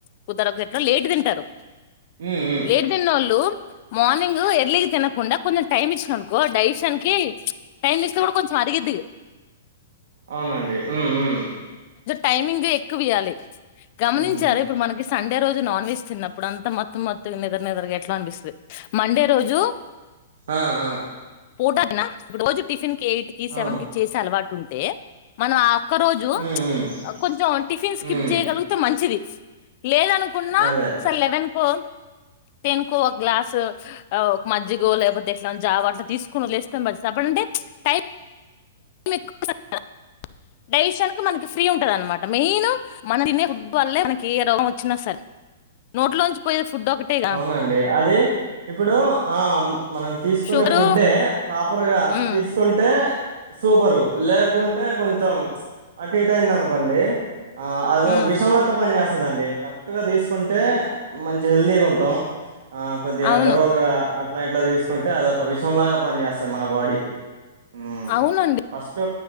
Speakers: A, on the left (about 50°); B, on the right (about 70°).
A: కుదర ఎట్లా లేటు తింటారు
B: హ్మ్ హ్మ్
A: లేట్ తినొల్లు మార్నింగ్ ఎర్లీకి తినకుండా కొంచెం టైమ్ ఇచ్చా అనుకో డైషన్ క టైమ్ ఇస్తే కూడా కొంచెం అరిగద్ది
B: అవునండి ఉమ్ హూ
A: టైమంగ్ ఎక్కువ ఇయలి గమనించారా
B: హుహు.
A: ఇప్పుడు మనకి సండే రోజు నాన్వెజ్ తిన్నప్పుడు అంత మత్తు మత్తుగా నిద్ర నిద్రగా ఎట్లో అనిపిస్తది మండే రోజు
B: అహ్ ఆ ఆ
A: ఊటకిన రోజు టిఫిన్ కేయిట్ కి సెవన్
B: అవును.
A: కి చేసే అలవాటు టె మనం ఆవ్ ఒక రోజు
B: హ్మ్. హ్మ్.
A: కొంచెం టిఫిన్ స్కిప్
B: హ్మ్.
A: చేయగలిగితే మంచిది సీ లేదనుకున్నా
B: అదే.
A: అసల లెవెన్కో తనుకు ఒక గ్లాస్ ఒక మంజిగో లేకపోతే అట్లానో జావా నో అ తీసుకుొళ్ుస్తాం మ చెప్పడడంంటే టై <inaudible> డైషనకి మనకి ఫ్రీ ఉంటది అనమాట మెయిన్ మన తిన ఫుట్బాల్ మనకి ఏ రోం వచ్చినా సరే నోట్లోంచి పోయే ఫుడ్ ఒకటేగా
B: అవునండి అది ఇప్పుడు ఆ మనం తీసుకునే
A: షుగరు
B: ఫుడ్డే ప్రాపర్గా
A: ఉమ్
B: తీసుకుంటే సూపరు లేకుంటే కొంచెం అటు ఇట్ అయింది అనుకోండి ఆ అదో
A: ఉమ్
B: విషాంలాక్క పని చేస్త అందే కరెక్ట్ గా తీసుకుంటే మంచి హెల్దీగా ఉంటుంది ట ఆ కొద్ది అడ్డగోలుగా
A: అవును
B: అట్లైట్లా తీసుకుంటే అది ఒక విషయం లాగా పని చేేస్తంది మన బాడీకి ఉమ్
A: అవునండి
B: ఫస్ట్